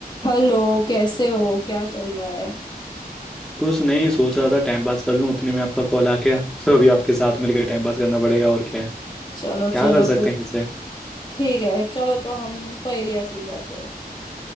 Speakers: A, on the left; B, in the centre.
A: Hello कैसे हो क्या चल रहा है
B: कुछ नहीं सोच रहा था टाइम पास कर लूं उतने में आपका कॉल आ गया सो अभी आपके साथ मिलकर टाइम पास करना पड़ेगा और क्या है
A: चलो
B: क्या
A: चलो
B: कर सकते
A: तो
B: हैं वैसे
A: ठीक है चलो तो हम पहेलियाँ सुलझाते हैं